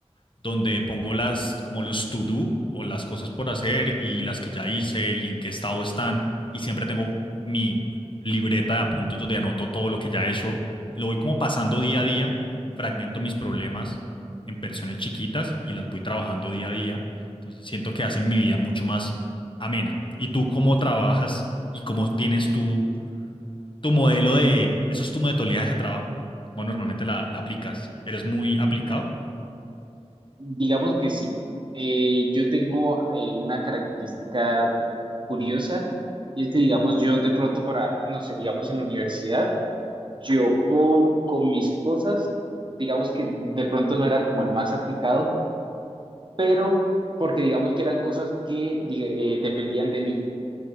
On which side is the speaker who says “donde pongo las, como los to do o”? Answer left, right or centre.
Left